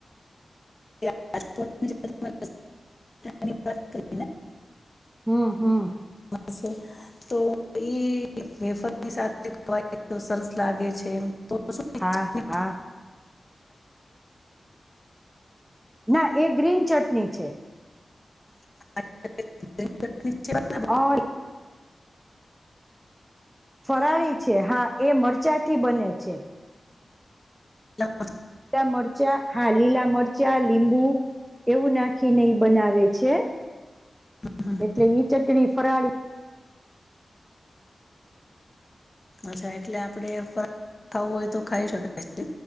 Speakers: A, on the left (about 35°); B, in the centre.
A: પા. અન વાત કરી એ.
B: હ હા.
A: હ છે. તો ઈ વેફરની સાથે સરસ લાગે છે એમ તો શું
B: હા હા ના એ ગ્રીન ચટણી છે.
A: <unintelligible>
B: <unintelligible> ફરાળી છે હા એ મરચાંથી બને છે.
A: લાવજો <unintelligible>
B: લીલા મરચાં હા લીલા મરચાં લીંબુ એવું નાખીને ઈ બનાવે છે
A: હમ
B: એટલે ઈ ચટણી ફરાળી
A: અચ્છા એટલે આપડે <unintelligible> ખાવું હોય તો ખાઈ શકાય. છે.